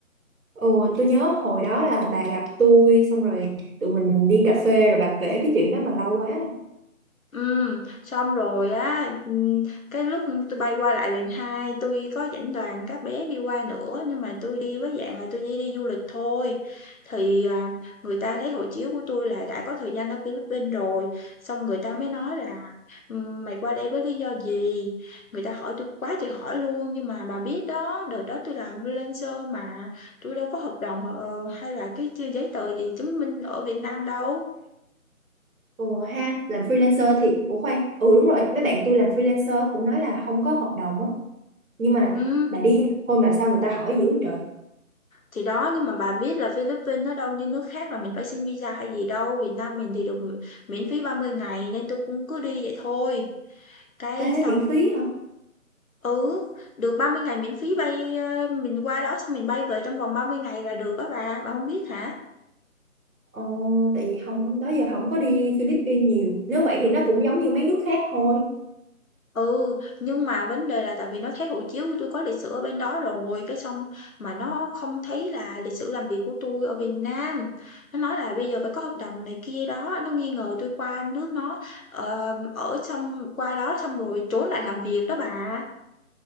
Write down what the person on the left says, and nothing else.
Ừ, xong rồi á, ừm, cái lúc tôi bay qua lại lần 2, tôi có dẫn đoàn các bé đi qua nữa, nhưng mà tôi đi với dạng là tôi chỉ đi du lịch thôi. Thì, à, người ta thấy hộ chiếu của tôi là đã có thời gian ở Philippines rồi, xong người ta mới nói là "Ừm, mày qua đây với lý do gì?" Người ta hỏi tôi quá trời hỏi luôn, nhưng mà bà biết đó, đợt đó tôi làm freelancer mà, tôi đâu có hợp đồng, ờ, ờ, hay là cái ch giấy tờ gì chứng minh ở Việt Nam đâu.
Ừ.
Thì đó, nhưng mà bà biết là Philippines nó đâu như nước khác là mình phải xin visa hay gì đâu, Việt Nam mình thì được mi- miễn phí 30 ngày nên tôi cũng cứ đi vậy thôi. Cái
xong
ừ, được 30 ngày miễn phí bay ờ, mình qua đó xong mình bay về trong vòng 30 ngày là được á bà, bà không biết hả?
Ừ, nhưng mà vấn đề là tại vì nó thấy hộ chiếu của tôi có lịch sử ở bên đó rồi, cái xong mà nó không thấy là lịch sử làm việc của tôi ở Việt Nam. Nó nói là bây giờ phải có hợp đồng này kia đó, nó nghi ngờ tôi qua nước nó ờ, ở xong qua đó xong rồi trốn lại làm việc đó bà.